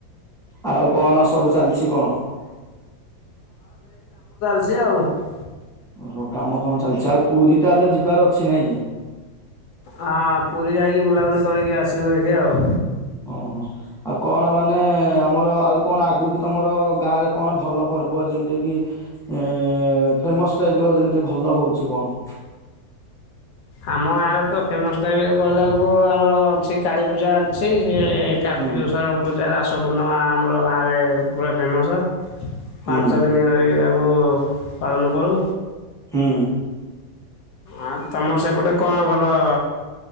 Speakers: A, in the centre; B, on the left (about 75°).
A: ଆଉ କଣ ସବୁ ଚାଲିଛି କଣ? <unintelligible>
B: ଯେଓ <unintelligible>
A: ଓହୋ, କାମ ଫାମ ଚାଲିଛି ଆଉ, ପୁରୀ ତାହଲେ ଯିବାର ଅଛି ନାଇଁ କି?
B: ହଁ ପୁରୀ ଯାଇକି ବୁଲାବୁଲି କରିକି ଆସିବୁ ଦେଖି ଆଉ
A: ଓହୋ, ଆଉ କଣ ମାନେ ଆମର ଆଉ କଣ ଆଗକୁ ତମର ଗାଁ ରେ କଣ ଭଲ ପ ପର୍ବ ଯେମିତି କି ଏ ଫେମସ ଟାଇପ ର ଯେମତି ଭଲ ହଉଛି କଣ?
B: ଆମ ଗାଁ ରେ ତ ଫେମସ ଟାଇପ କହିଲକୁ ଆମର ଅଛି କାଳୀପୂଜା ଅଛି । ସେଆଡ଼େ କାର୍ତ୍ତିକେଶ୍ୱର
A: ହୁଁ
B: ପୂଜା, ରାସ ପୂର୍ଣ୍ଣିମା ଆମର ଗାଁରେ ପୁରା ଫେମସ ପାଞ୍ଚ
A: ହୁଁ
B: ଦିନ ଧରିକି ତାକୁ ପାଳନ କରୁ।
A: ହୁଁ।
B: ଆଉ ତମର ସେପଟେ କଣ ଭଲ ?